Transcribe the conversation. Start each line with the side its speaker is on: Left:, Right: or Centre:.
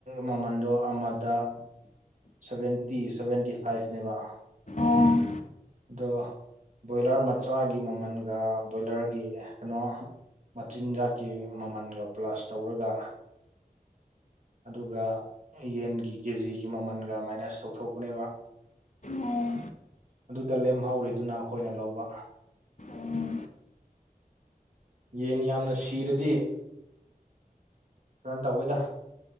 Right: ꯃꯃꯟꯗꯣ ꯑꯃꯗ ꯁꯚꯦꯟꯇꯤ ꯁꯚꯦꯟꯇꯤ ꯐꯥꯏꯚꯅꯦꯕ
Left: ꯑꯣ
Right: ꯗꯣ ꯕꯣꯏꯂꯔ ꯃꯆꯥꯒꯤ ꯃꯃꯜꯒ ꯕꯣꯏꯂꯔꯒꯤ ꯀꯩꯅꯣ ꯃꯆꯤꯟꯖꯥꯛꯀꯤ ꯃꯃꯜꯒ ꯄ꯭ꯂꯁ ꯇꯧꯔꯒ ꯑꯗꯨꯒ ꯌꯦꯟꯒꯤ ꯀꯦꯖꯤꯒꯤ ꯃꯃꯜ ꯒ ꯃꯥꯏꯅꯁ ꯇꯧꯊꯣꯛꯄꯅꯦꯕ
Left: ꯑꯣ
Right: ꯑꯗꯨꯗ ꯂꯦꯝꯍꯧꯔꯤꯗꯨꯅ ꯑꯩꯈꯣꯏꯅ ꯂꯧꯕ
Left: ꯑꯣ
Right: ꯌꯦꯟ ꯌꯥꯝꯅ ꯁꯤꯔꯗꯤ ꯔꯟ ꯇꯧꯌꯦꯗ